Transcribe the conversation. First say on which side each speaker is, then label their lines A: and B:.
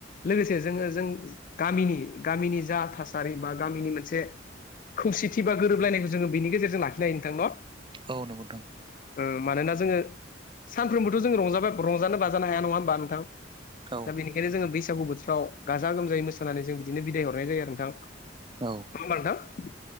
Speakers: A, on the left; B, on the right.
A: लोगोसे जोंङो जों गामिनि गामिनि जा थासारि बा ओ गामिनि मोनसे खौसेथि बा गोरोबलायनायखौ जोङो बेनि गेजेरजों लाखिनो हायो नोंथां न'?
B: औ नंगौ नोंथां।
A: ओ मानोना जोङो सानफ्रोमबोथ' जों रंजाबा रंजानो बाजानो हाया नङा होमबा नोंथां?
B: औ
A: दा बेनिखायनो जोङो बैसागु बोथोराव गाजा गोमजायै मोसानानै जों बिदिनो बिदाय हरनाय जायो आरो नोंथां। नङा
B: औ
A: होनबा नोंथां?